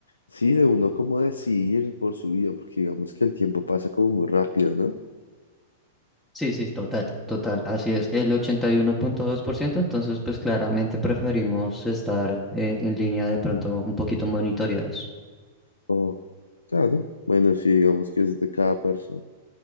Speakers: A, on the left; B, in the centre.
A: sí, de uno como decidir por su vida, porque digamos que el tiempo pasa como muy rápido, ¿no?
B: sí, sí, total, total, así es, el ochenta y uno punto dos por ciento entonces pues claramente preferimos estar eh, en línea de pronto un poquito monitoreados.
A: Oh, claro. Bueno, sí, digamos que es de cada persona.